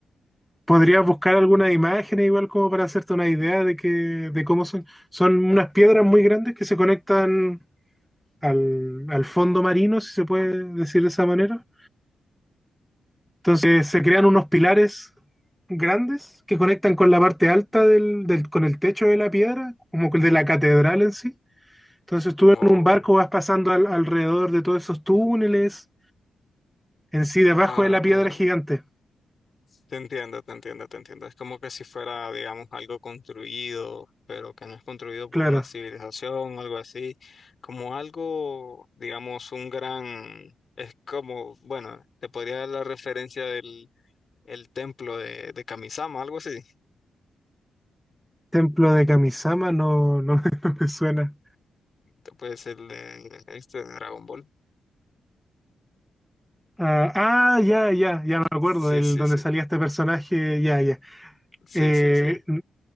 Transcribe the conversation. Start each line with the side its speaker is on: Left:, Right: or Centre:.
Centre: podrías buscar algunas imágenes igual como para hacerte una idea de que, de cómo son. Son unas piedras muy grandes que se conectan al, al fondo marino, si se puede decir de esa manera. Entonces se crean unos pilares grandes que conectan con la parte alta del, del- con el techo de la piedra, como el de la catedral en sí. Entonces tú
Left: Oh,
Centre: en un barco vas pasando al- alrededor de todos esos túneles, en sí debajo
Left: ah.
Centre: de la piedra gigante.
Left: Te entiendo, te entiendo, te entiendo. Es como que si fuera, digamos, algo construido, pero que no es construido por
Centre: Claro.
Left: una civilización, algo así, como algo, digamos, un gran, es como, bueno, te podría dar la referencia del el templo de, de Kamisama, algo así.
Centre: Templo de Kamisama no, no, <laughs> no me suena.
Left: Te Puede ser de, este, de Dragon Ball.
Centre: Ah, ah, ya, ya, ya me acuerdo
Left: Sí,
Centre: del
Left: sí,
Centre: donde
Left: sí,
Centre: salía este personaje, ya, ya.
Left: sí,
Centre: Eh,
Left: sí, sí.